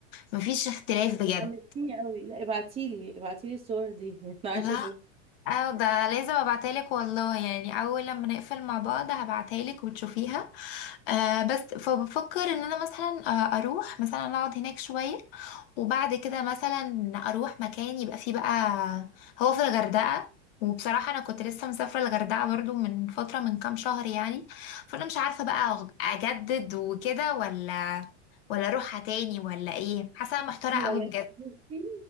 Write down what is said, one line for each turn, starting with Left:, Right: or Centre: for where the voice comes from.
Left: مفيش اختلاف
Right: انت
Left: بجد
Right: حمستيني قوي لا ابعتيلي ابعتيلي الصور دي <laughs> انا عايزه
Left: لا
Right: اشوف
Left: اه ده لازم ابعتهالك والله يعني اول لما نقفل مع بعض هبعتهالك وتشوفيها آه بس فبفكر ان انا مثلا آه اروح مثلا اقعد هناك شوية وبعد كده مثلا اروح مكان يبقى فيه بقى هو في الغردقة وبصراحة انا كنت لسه مسافرة الغردقة برضو من فترة من كام شهر يعني فانا مش عارفة بقى اجدد وكده ولا ولا اروحها تاني ولا ايه حاسة أنا محتارة
Right: لا
Left: قوي
Right: لا
Left: بجد
Right: بصي